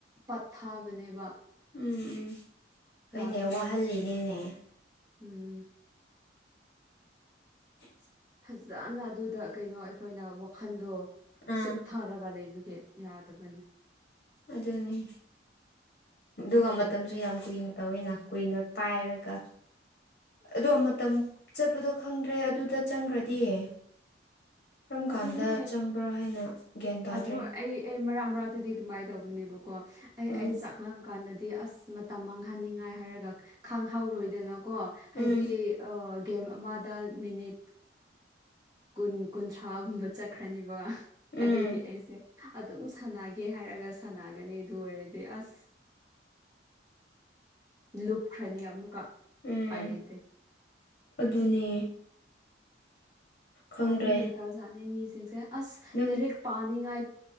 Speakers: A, on the right; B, on the left.
A: ꯄꯠꯊꯥꯕꯅꯦꯕ
B: ꯎꯝ ꯎꯝ ꯍꯣꯏꯅꯦ
A: ꯌꯥꯗꯕꯅꯦ
B: ꯋꯥꯍꯜꯂꯤꯅꯦꯅꯦ
A: ꯎꯝ
B: ꯍ
A: ꯐꯖꯅ ꯑꯗꯨꯗ ꯀꯩꯅꯣ ꯑꯩꯈꯣꯏꯅ ꯋꯥꯈꯟꯗꯣ
B: ꯑꯥ
A: ꯁꯨꯞꯨꯞꯊꯔꯒ ꯂꯩꯕꯒꯤ ꯌꯥꯗꯕꯅꯦ
B: ꯑꯗꯨꯅꯤ ꯑꯗꯨꯒ ꯃꯇꯝꯁꯨ ꯌꯥꯝ ꯀꯨꯏꯅ ꯇꯧꯋꯤꯅ ꯀꯨꯏꯅ ꯄꯥꯏꯔꯒ ꯑꯗꯣ ꯃꯇꯝ ꯆꯠꯄꯗꯣ ꯈꯪꯗ꯭ꯔꯦ ꯑꯗꯨꯗ ꯆꯪꯈ꯭ꯔꯗꯤꯌꯦ ꯀꯔꯝ
A: ꯑꯗꯨꯅꯦ
B: ꯀꯥꯟꯗ ꯆꯪꯕ꯭ꯔꯥ ꯍꯥꯏꯅ ꯒ꯭ꯌꯥꯟ ꯇꯥꯗ꯭ꯔꯦ
A: ꯑꯗꯨ ꯑꯩ ꯑꯩ ꯃꯔꯥꯛ ꯃꯔꯥꯛꯛꯇꯗꯤ ꯑꯗꯨꯃꯥꯏꯅ ꯇꯧꯕꯅꯦꯕꯀꯣ ꯑꯩ
B: ꯎꯝ
A: ꯑꯩ ꯆꯥꯛ ꯀꯝꯀꯥꯟꯗꯗꯤ ꯑꯁ ꯃꯇꯝ ꯃꯥꯡꯍꯟꯅꯤꯡꯉꯥꯏ ꯍꯥꯏꯔꯒ ꯈꯪꯍꯧꯔꯣꯏꯗꯅ ꯀꯣ ꯍꯥꯏꯗꯤ
B: ꯎꯝ
A: ꯒꯦꯝ ꯑꯃꯗ ꯃꯤꯅꯤꯠ ꯀꯨꯟ ꯀꯨꯟꯊ꯭ꯔꯥꯒꯨꯝꯕ ꯆꯠꯈ꯭ꯔꯅꯤꯕ
B: ꯎꯝ
A: ꯑꯗꯨꯒꯤ ꯑꯩꯁꯦ ꯑꯗꯨꯝ ꯁꯥꯟꯅꯒꯦ ꯍꯥꯏꯔꯒ ꯁꯥꯟꯅꯒꯅꯤ ꯑꯗꯨ ꯑꯣꯏꯔꯗꯤ ꯑꯁ ꯂꯨꯞꯨꯈ꯭ꯔꯅꯤ ꯑꯃꯨꯀ
B: ꯎꯝ
A: ꯄꯥꯏ ꯂꯩꯇꯦ
B: ꯑꯗꯨꯅꯦ ꯈꯪꯗ꯭ꯔꯦ
A: ꯄꯥꯏꯗꯤ ꯂꯩꯇꯥꯖꯥꯠꯅꯤ ꯃꯤꯁꯤꯡꯁꯦ ꯑꯁ
B: ꯅꯪ
A: ꯂꯔꯤꯛ ꯄꯥꯅꯤꯡꯉꯥꯏ